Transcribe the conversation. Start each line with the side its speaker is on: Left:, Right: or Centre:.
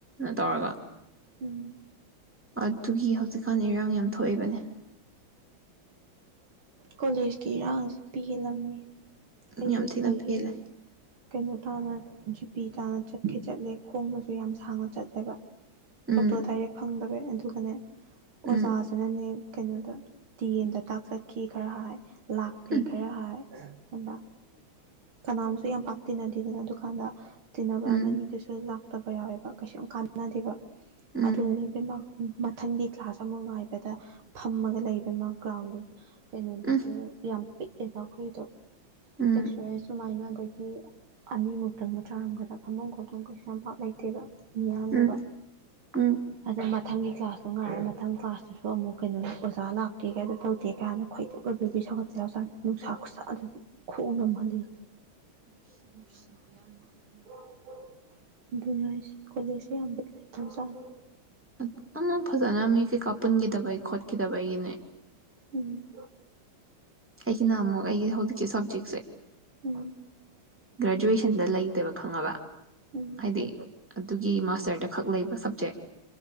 Centre: ꯇꯧꯔꯒ
Right: ꯎꯝ ꯎꯝ
Centre: ꯑꯗꯨꯒꯤ ꯍꯧꯖꯤꯛꯀꯥꯟꯗ ꯏꯔꯥꯡ ꯌꯥꯝ ꯊꯣꯛꯏꯕꯅꯦ <inaudible>
Right: ꯀꯣꯂꯦꯖꯀꯤ ꯏꯔꯥꯡꯁ ꯄꯤꯍꯦꯜꯂꯝꯅꯤ ꯑꯩ
Centre: ꯌꯥꯝ
Right: ꯖꯨꯁꯤꯗꯒꯤ
Centre: ꯊꯤꯅ ꯄꯦꯜꯂꯦ
Right: ꯀꯩꯅꯣ ꯇꯥꯅ ꯖꯤꯄꯤ ꯇꯥꯅ ꯆꯠꯈꯤ ꯆꯠꯂꯦ ꯈꯣꯡꯅꯁꯨ ꯌꯥꯝ ꯁꯥꯡꯅ ꯆꯠꯂꯦꯕ
Centre: ꯎꯝ
Right: ꯑꯣ ꯇꯣ ꯗꯥꯏꯔꯦ ꯐꯪꯗꯕ ꯑꯗꯨꯒꯅꯦ ꯑꯣꯖꯥꯁꯤꯅ
Centre: ꯎꯝ
Right: ꯅꯦ ꯀꯩꯅꯣꯗ ꯗꯤ ꯑꯦꯝꯗ ꯇꯥꯛ ꯆꯠꯈꯤ ꯈꯔ ꯍꯥꯏ ꯂꯥꯛꯇꯦ
Centre: ꯎꯝ
Right: ꯈꯔ ꯍꯥꯏ ꯑ ꯀꯅꯥꯝꯁꯨ ꯌꯥꯝ ꯄꯥꯛꯇꯤꯟꯅꯗꯦꯗꯅ ꯑꯗꯨꯀꯥꯟꯗ ꯇꯤꯟꯅꯕ
Centre: ꯎꯝ
Right: ꯑꯃꯅꯤꯗꯨꯁꯨ ꯂꯥꯛ ꯐꯠꯇꯕ ꯌꯥꯎꯋꯦꯕ ꯀꯩꯁꯨ ꯌꯥꯝ ꯀꯥꯟꯅꯗꯕ
Centre: ꯎꯝ
Right: ꯑꯗꯨꯗꯅꯦ ꯏꯕꯦꯝꯃ ꯃꯊꯪꯒꯤ ꯀ꯭ꯂꯥꯁ ꯑꯃ ꯉꯥꯏꯕꯗ ꯐꯝꯃꯒ ꯂꯩꯕꯅꯤ ꯃꯥ ꯒ꯭ꯔꯥꯎꯟꯗꯨ ꯀꯩꯅꯣꯗꯨꯁꯨ
Centre: ꯎꯝ
Right: ꯌꯥꯝ ꯄꯤꯛ ꯑꯦꯕ ꯑꯩꯈꯣꯏꯗꯨ
Centre: ꯎꯝ
Right: ꯑꯦ ꯁꯨꯃꯥꯏꯅ ꯑꯗꯒꯤ ꯑꯅꯤꯃꯨꯛꯇꯪ ꯃ ꯆꯥꯔꯝꯒꯗ ꯐꯝꯐꯝ ꯈꯣꯠꯐꯝ ꯀꯩꯁꯨ ꯌꯥꯝ ꯄꯥꯛ ꯂꯩꯇꯦꯕ ꯃꯤꯌꯥꯝꯗꯨꯒ
Centre: ꯎꯝ ꯎꯝ ꯎꯝ
Right: ꯑꯗꯨꯗ ꯃꯊꯪꯒꯤ ꯀ꯭ꯂꯥꯁꯇꯣ ꯉꯥꯏꯔ ꯃꯊꯪ ꯀ꯭ꯂꯥꯁꯇꯨꯁꯨ ꯑꯃꯨꯛ ꯀꯩꯅꯣꯗ ꯑꯣꯖꯥ ꯂꯥꯛꯇꯦꯒ ꯑꯗꯨ ꯇꯧꯗꯦꯒ ꯅ ꯈꯣꯏꯗꯧ ꯒ ꯕ꯭ꯔꯤ ꯕꯤ ꯁꯧꯒꯠꯄ ꯌꯥꯎꯖꯥꯠꯅꯤ ꯅꯨꯡꯁꯥ ꯈꯨꯠꯁꯥ ꯑꯗꯨꯁꯨ ꯈꯣꯡꯅ ꯑꯗꯤ ꯅꯨꯡꯁꯤꯗꯦ ꯌꯥꯝꯅ ꯑꯗꯨꯒꯨꯝꯕꯗꯨꯗꯤ ꯑꯗꯨꯅꯦ ꯍꯥꯏꯁꯤ ꯀꯣꯂꯦꯖꯁꯦ ꯌꯥꯝ ꯕꯤꯠ ꯂꯩꯇꯕꯖꯥꯠꯅꯤ
Centre: <unintelligible> ꯐꯖꯅ ꯃꯤꯁꯤ ꯈ ꯄꯨꯟꯒꯤꯗꯕꯩ ꯈꯣꯠꯈꯤꯗꯕꯒꯤꯅꯦ
Right: ꯎꯝ
Centre: ꯑꯩꯒꯤꯅ ꯑꯃꯨꯛ ꯑꯩꯒꯤ ꯍꯧꯖꯤꯛꯀꯤ ꯁꯕꯖꯦꯛꯁꯦ
Right: ꯎꯝ
Centre: ꯒ꯭ꯔꯦꯖꯨꯨꯨꯑꯦ ꯇꯟꯗ ꯂꯩꯇꯦꯕ ꯈꯪꯉꯕ
Right: ꯎꯝ
Centre: ꯍꯥꯏꯗꯤ ꯑꯗꯨꯒꯤ ꯃꯥꯁꯇꯔꯗ ꯈꯛ ꯂꯩꯕ ꯁꯕꯖꯦꯛ